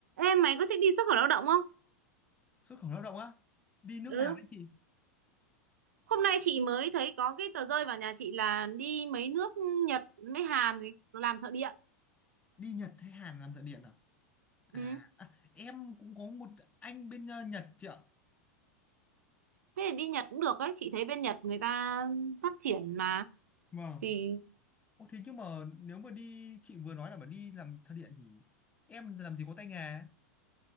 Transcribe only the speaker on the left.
xuất khẩu lao động á đi nước
nào đấy chị
đi Nhật hay Hàn làm thợ điện à à,
à em cũng có một anh bên ờ, Nhật chị ạ
vâng
ô thế nhưng mà nếu mà đi chị vừa nói là mà đi làm thợ điện thì em làm gì có tay nghề